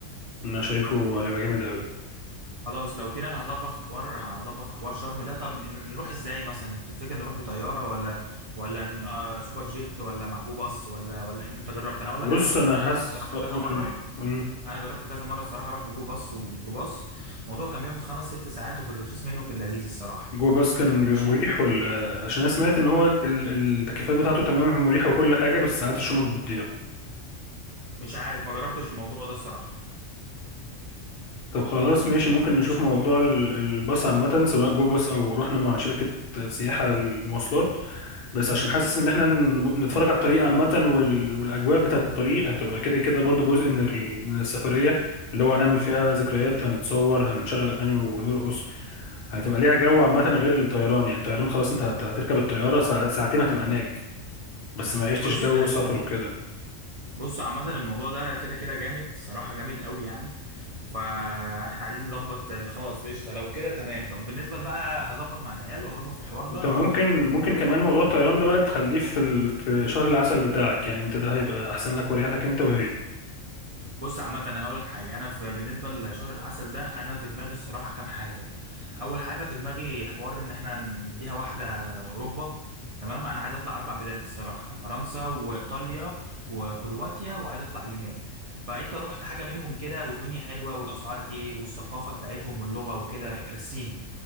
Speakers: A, on the left; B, on the right.
A: انا شايفه هيبقى جامد قوي
B: خلاص لو كده انا هظبط في حوار هظبط في حوار شرم ده طب إن- نروح ازاي مثلا تفتكر نروح بطياره ولا ولا ن- آه سوبر جيت ولا معجو باص ولا ولا إن- انت جربت انا اقول
A: بص
B: لك انا مثلا
A: انا
B: جربت
A: حاسس
B: صراحه
A: اقول
B: كذا مره
A: مم.
B: انا جربت كذا مره الصراحه اروح بجو باص وميكروباص الموضوع كان بياخد خمس ست ساعات وفي الرخيص منه في اللذيذ الصراحه
A: جو باس كان بيبقى
B: مش
A: مريح
B: ع-
A: ولا عشان انا سمعت ان هو ال- التكييفات بتاعته تمام مريحه وكل حاجه بس ساعات الشنط بتضيع
B: مش عارف ما جربتش الموضوع ده الصراحه
A: طب خلاص ماشي ممكن نشوف
B: مش عارف
A: موضوع ال- الباص عامه سواء جو باص او رحنا مع شركه سياحه المواصلات بس
B: امم
A: عشان حاسس ان احنا نب- نتفرج على الطريق عامة وال... والاجواء بتاعة الطريق هتبقى كده كده برضو جزء من ال... من السفرية اللي هو هنعمل فيها بقى ذكريات هنتصور هنشغل اغاني ونرقص هتبقى ليها جو عامة غير الطيران يعني الطيران خلاص انت هت... هتركب الطيارة ساع... ساعتين هتبقى هناك بس ما عشتش
B: بص
A: جو
B: آه،
A: سفر وكده
B: بص عامة الموضوع ده كده كده جامد صراحة جامد قوي يعني فاحنا عايزين نظبط آه، خلاص قشطة لو كده تمام طب بالنسبة بقى هظبط مع العيال وهظبط في الحوار ده
A: انت ممكن
B: و...
A: ممكن كمان موضوع الطيران ده بقى تخليه في ال... في شهر العسل بتاعك يعني انت ده هيبقى احسن لك واريح لك انت وهي
B: بص عامة انا هقول لك حاجة انا في بالنسبة لشهر العسل ده انا في دماغي الصراحة كام حاجة اول حاجة في دماغي حوار ان احنا نديها واحدة اوروبا تمام انا عايز اطلع اربع بلاد الصراحة فرنسا وايطاليا وكرواتيا وعايز اطلع اليونان فانت رحت حاجة منهم كده والدنيا حلوة والاسعار ايه والثقافة بتاعتهم واللغة وكده رسيني